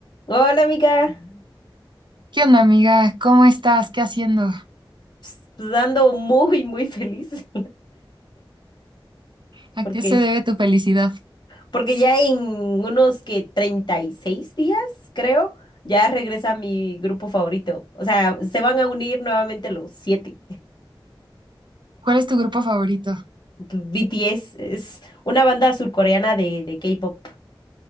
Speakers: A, on the left; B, on the right.
A: Hola, amiga.
B: ¿Qué onda, amiga? ¿Cómo estás? ¿Qué haciendo?
A: Ps, Pues ando muy, muy feliz. <laughs>
B: ¿A
A: porque
B: qué se debe tu felicidad?
A: Porque ya en unos que 36 días, creo, ya regresa mi grupo favorito. O sea, se van a unir nuevamente los siete.
B: ¿Cuál es tu grupo favorito?
A: <laughs> BTS es una banda surcoreana de, de K-pop.